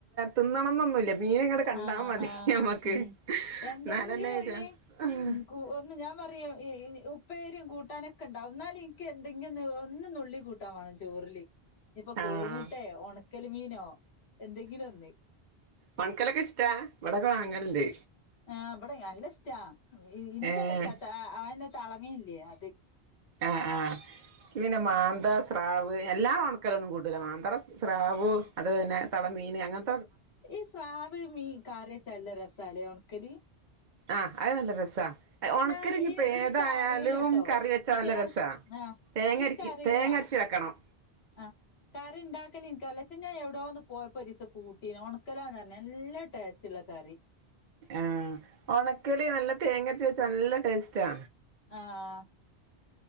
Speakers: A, on the right; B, on the left.
A: തിന്നണന്നൊന്നുല്ല്യാ മീന്ഇങ്ങടെകണ്ടാമതിനമ്മക്ക്
B: ആഹ് ആഹ് ഉം എന്തെങ്കിലും
A: എന്നാലല്ലേ
B: ഒന്ന്
A: ആഹ്
B: ഉം കൂ ഒന്ന് ഞാൻ പറയും ഉപ്പേരിംകൂട്ടാനൊക്കെണ്ടാവും ന്നാലുംഇനിക്ക് എന്തെങ്കെന്ന്ഒന്ന് നുള്ളികൂ ട്ടാവേണംചോറില് ഇഞ്ഞിപ്പൊകോഴിമുട്ടെഒണക്കല്
A: ആഹ്
B: മീനോഎന്തെങ്കിലൊന്ന്
A: ഒണക്കലൊക്കെഷ്ടാ ഇവിടൊക്കെവാങ്ങലുണ്ട്
B: ആഹ് ബടെനല്ലഷ്ടാ ഇൻക്കല്ലഷ്ട്ട
A: ഏഹ്
B: താഓന്റെതളമീനില്ല്യേ അത്
A: ആഹ് ആഹ് ക്ക്പിന്നെമാന്തസ്രാവ് എല്ലാംഓണ ക്കലൊന്നുംകൂട്ടൂല മാന്ത്രസ്രാവ് അത് തന്നെ തളമീൻ അങ്ങനെ
B: ഈസ്രാവ്മീൻ കറിയെച്ചാൽനല്ല രസാലെ ഒണക്കല
A: ആഹ്അയ്നല്ലരസാ ഒണക്കലിപ്പോഇഞ്ഞിപ്പൊ
B: ഞാൻ ഇ ഇനിക്ക്
A: ഏതായാലുംകറിവെച്ചാനല്ലരസാ
B: അറിയൂലട്ടോ പക്ഷെ ആഹ്
A: തേങ്ങരക്ക്തേങ്ങരച്ച്
B: ഇനിക്കറിയൂല
A: വെക്കണം
B: ആഹ് കറിണ്ടാകലിൻകറിയിലപിന്നഓവ്ടെന്ന്പോയപൊരിസംകൂട്ടീന്ഓണ ക്കലാന്ന്പർഞ്ഞ നല്ല ടേസ്റ്റ്ള്ള കറി
A: ആഹ് ഒണക്കല് നല്ല തേങ്ങരച്ച് വെച്ചാ നല്ല ടേസ്റ്റാ
B: ആഹ്